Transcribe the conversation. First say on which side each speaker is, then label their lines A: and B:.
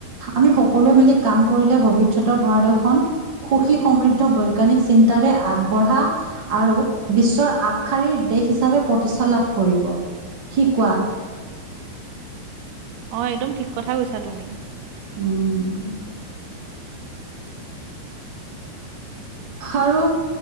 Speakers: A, on the right; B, on the right.
A: আমি সকলোৱে মিলি কাম কৰিলে ভৱিষ্যতৰ ভাৰত এখন সুখী সমৃদ্ধ বৈজ্ঞানিক চিন্তাৰে আগবঢ়া আৰু বিশ্বৰ আগশাৰীৰ দেশ হিচাপে প্ৰতিষ্ঠা লাভ কৰিব কি কোৱা
B: অ একদম ঠিক কথাই কৈছা তুমি।
A: উম আৰু